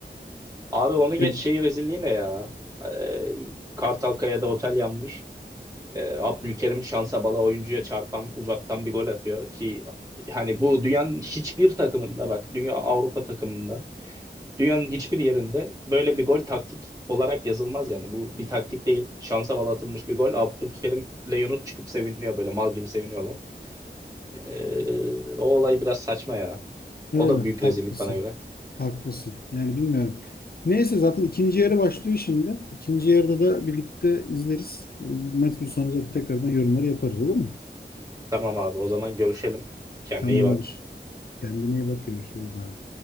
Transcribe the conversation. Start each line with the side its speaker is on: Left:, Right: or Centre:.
Right: Abi onu geç
Left: Ya
Right: şey rezilliği ne ya? Ee, Kartalkaya'da otel yanmış. Ee, Abdülkerim şansa bala oyuncuya çarpan uzaktan bir gol atıyor ki hani bu dünyanın hiçbir takımında bak dünya Avrupa takımında dünyanın hiçbir yerinde böyle bir gol taktik olarak yazılmaz yani. Bu bir taktik değil. Şansa bala atılmış bir gol. Abdülkerim'le Yunus çıkıp seviniyor böyle mal gibi seviniyorlar. Ee, o olay biraz saçma ya.
Left: öyle
Right: O da büyük
Left: haklısın.
Right: rezillik bana göre.
Left: Haklısın. Yani bilmiyorum. Neyse zaten ikinci yarı başlıyor şimdi. İkinci yarıda da birlikte izleriz. Maç bir sonra zaten tekrardan yorumları yaparız olur mu?
Right: Tamam abi o zaman görüşelim. Kendine
Left: Tamamdır.
Right: iyi bak.
Left: Kendine iyi bak görüşürüz abi.